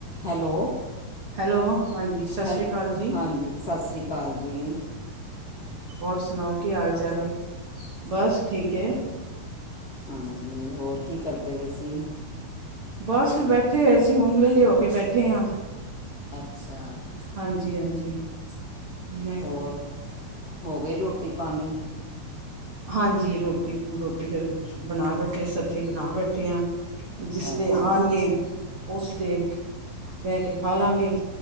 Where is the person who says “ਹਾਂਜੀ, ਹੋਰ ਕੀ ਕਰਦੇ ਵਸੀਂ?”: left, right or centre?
Left